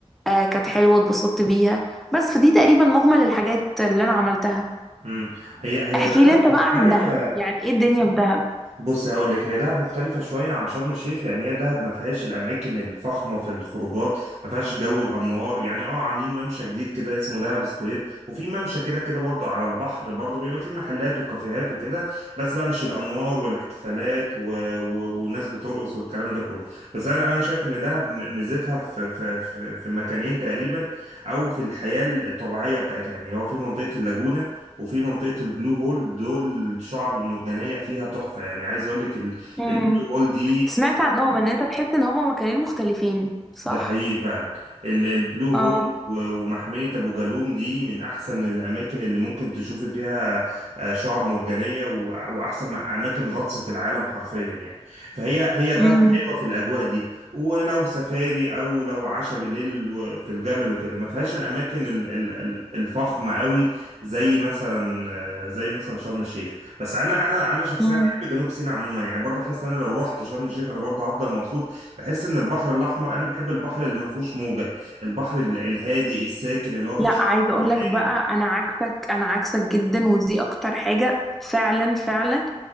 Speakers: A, in the centre; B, on the right.
A: آه كانت حلوة اتبسطت بيها بس فدي تقريبا مجمل الحاجات اللي انا عملتها
B: امم هي هي
A: احكي
B: دهب
A: لي انت بقى
B: مختلفه
A: عن دهب يعني ايه الدنيا في دهب
B: بص هقول لك هي دهب مختلفة شوية عن شرم الشيخ يعني هي دهب ما فيهاش الأماكن الفخمة في الخروجات ما فيهاش جو الأنوار يعني اه عاملين ممشى جديد كده اسمه دهب سكوير وفي ممشى كده كده برضو على البحر برضو بيبقى فيه محلات وكافيهات وكده بس بقى مش الأنوار والاحتفالات و... و... وناس بترقص والكلام ده كله بس أنا أنا شايف إن دهب م- ميزتها في في في في مكانين تقريبا أو في الحياة الطبيعية بتاعتها يعني هو في منطقة اللاجونة وفي منطقة البلو هول دول الشعب المرجانية فيها تحفة يعني عايز اقول لك ال-
A: مم.
B: البلو هول دي
A: سمعت عنهم ان انت تحس ان هما مكانين مختلفين صح
B: ده حقيقي فعلا ال- البلو مم.
A: اه
B: هول و- ومحمية أبو جالوم دي من أحسن الأماكن اللي ممكن تشوفي فيها آه، شعاب مرجانية و- وأحسن أماكن غطس في العالم حرفيا يعني فهي هي دهب
A: امم
B: حلوة في الأجواء دي ولو سفاري أو لو عشاء بالليل و- في الجبل وكده ما فيهاش الأماكن ال- ال- ال- الفخمة قوي زي مثلا آه، زي مثلا شرم الشيخ بس أنا أنا أنا شخصيا
A: مم.
B: بحب جنوب سيناء عموما يعني برضه حاسس إن أنا لو رحت شرم الشيخ أنا برضه هفضل مبسوط بحس ان البحر الاحمر انا بحب البحر اللي ما فيهوش موجه البحر ال- الهادي الساكن اللي هو
A: لا
B: فيه شعاب
A: عايزه
B: مرجانيه
A: اقول لك بقى انا عكسك انا عكسك جدا ودي اكتر حاجه فعلا فعلا